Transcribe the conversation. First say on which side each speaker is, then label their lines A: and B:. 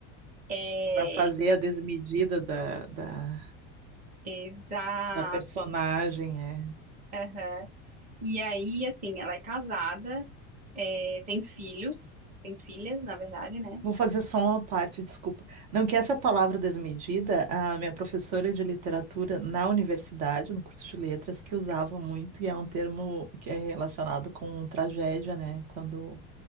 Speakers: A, on the right; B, on the right.
A: É,
B: para fazer a desmedida da, da,
A: exato.
B: da personagem, é.
A: aham. E aí, assim, ela é casada, é, tem filhos, tem filhas, na verdade, né?
B: Vou fazer só uma parte, desculpa. Não, que essa palavra desmedida, a minha professora de literatura na universidade, no curso de letras, que usava muito, e é um termo que é relacionado com tragédia, né? Quando,